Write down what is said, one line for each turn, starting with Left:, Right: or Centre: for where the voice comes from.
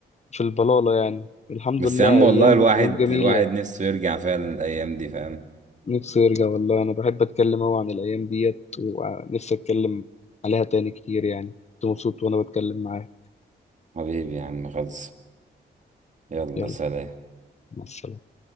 Left: في البلالة يعني الحمد
Right: بس
Left: لله
Right: يا عم
Left: أيام
Right: والله الواحد
Left: أيام جميلة
Right: الواحد نفسه يرجع فعلا الأيام دي فاهم
Left: نفسي يرجع والله أنا بحب أتكلم أوي عن الأيام ديت ونفسي أتكلم عليها تاني كتير يعني كنت مبسوط وأنا بتكلم معاك
Right: حبيبي يا عم خلص يلا
Left: يلا
Right: سلام
Left: مع السلامة